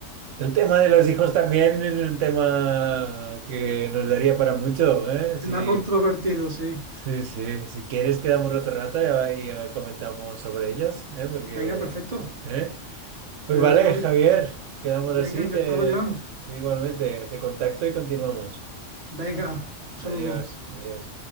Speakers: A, on the right; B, on the right.
A: El tema de los hijos también es un tema que nos daría para mucho, ¿eh?
B: es
A: Sí.
B: más controvertido, sí.
A: Sí, sí, si quieres quedamos otro rato y, eh, y, eh, comentamos sobre ellas, ¿eh? Porque,
B: Venga, perfecto.
A: ¿eh? Pues
B: Quedamos
A: vale,
B: otro ratito.
A: Javier, quedamos
B: Venga,
A: así,
B: encantado,
A: te,
B: Joan.
A: sí, igualmente, te contacto y continuamos.
B: Venga, un saludo.
A: Adiós, adiós.